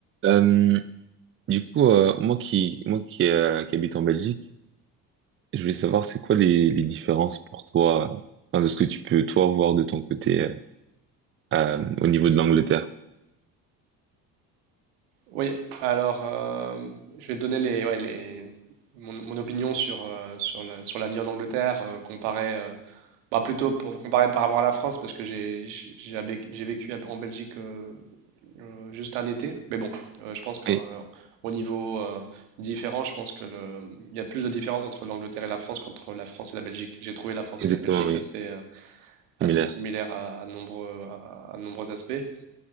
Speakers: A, on the right; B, on the right.
A: Euh, du coup, euh, moi qui, moi qui, euh, qui habite en Belgique, je voulais savoir c'est quoi les, les différences pour toi, euh, enfin, de ce que tu peux toi voir de ton côté euh, euh, au niveau de l'Angleterre.
B: Oui, alors euh, je vais te donner les, ouais, les, mon, mon opinion sur, euh, sur la, sur la vie en Angleterre, euh, comparée, euh, bah, plutôt pour comparer par rapport à la France, parce que j'ai j'ai j'ai abé- j'ai vécu à- en Belgique euh, euh, juste un été. Mais bon, euh, je pense qu'au
A: Oui,
B: au niveau euh, différent, je pense que le, il y a plus de différence entre l'Angleterre et la France qu'entre la France et la Belgique. J'ai trouvé la France
A: exactement,
B: et la Belgique
A: oui,
B: assez, euh, assez
A: similaire.
B: similaires à, à nombreux, à, à- à nombreux aspects.